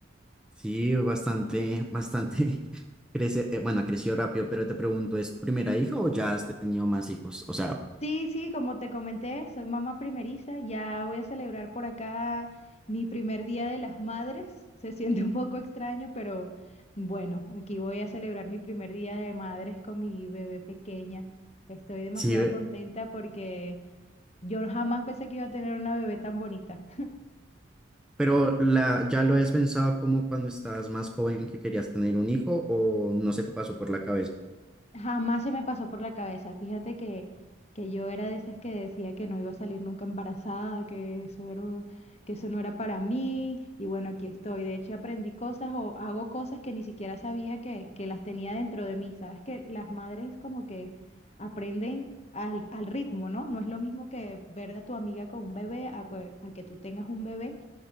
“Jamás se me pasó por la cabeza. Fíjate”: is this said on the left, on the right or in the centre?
Left